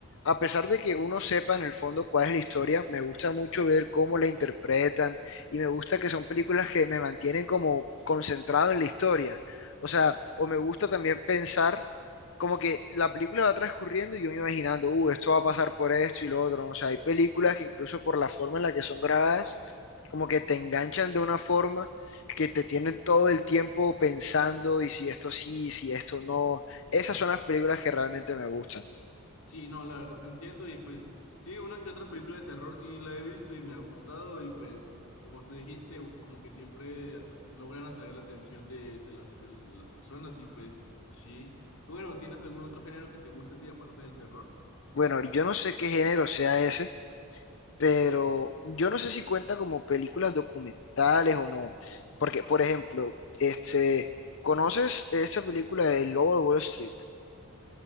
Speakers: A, on the left; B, on the left.
A: a pesar de que uno sepa en el fondo cuál es la historia, me gusta mucho ver cómo la interpretan y me gusta que son películas que me mantienen como concentrado en la historia. O sea, o me gusta también pensar como que la película va transcurriendo y yo me imaginando, uh, esto va a pasar por esto y lo otro, ¿no? O sea, hay películas que incluso por la forma en la que son grabadas, como que te enganchan de una forma que te tienen todo el tiempo pensando y si esto sí, si esto no. Esas son las películas que realmente me gustan.
B: Sí, no, la verdad te entiendo y pues sí, una que otra película de terror sí la he visto y me ha gustado y pues como tú dijiste, u- como que siempre atra- logran atraer la atención de, de las, del- de las personas y pues sí. Bueno, ¿tienes algún otro género que te guste a ti aparte del terror?
A: Bueno, yo no sé qué género sea ese, pero yo no sé si cuenta como películas documentales o no, porque, por ejemplo, este, ¿conoces esta película de El Lobo de Wall Street?